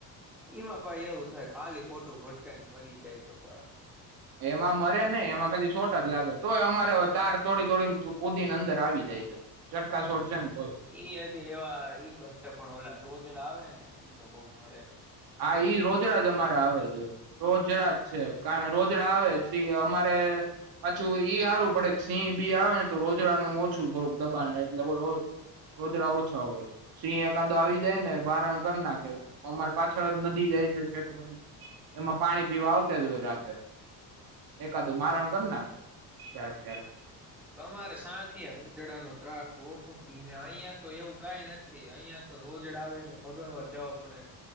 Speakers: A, in the centre; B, on the right.
A: એમાં પાહી એવું થાય ખાલી ખોટું ભટકાયને મરી જાય તો પ
B: એમાં મરે ને એમાં ખાલી શોર્ટજ જ લાગે તોયયે અમારે તાર તોડી તોડી કુદી ને અંદર આવી જાય છે ચટકા
A: હમ
B: છોડશે ને તોય
A: એઈ હજ એવા ઈ તો પણ ઓલા રોજડા આવે ને તો બઉ નડે
B: હા ઈ રોજડા જ અમારે આવે છે રોજડા જ છે કા રોજડા આવે સિ અમારે પાછું ઈ હારું પડે સિંહ બી આવે ને તો રોજડાનું ઓછું થોડુંક દબાણ એટલે રોજડા ઓછા હોય સિંહ એક કાદો આવી જાય ને મારણ કર નાખે અમારે પાછળ નદી જાય છે ખેતની એમાં પાણી પીવા આવતા જ હોય રાતે એકાદું મારણ કર નાખે ક્યારેક ક્યારેક
A: તમારે શાતિ આ રોજડા નો ત્રાસ તો ઓછો સિંહ ને અહિયાયા તો એવું કઈ નથી અહિયાં તો રોજડા આવે એટલે ભગડવા જવા પડે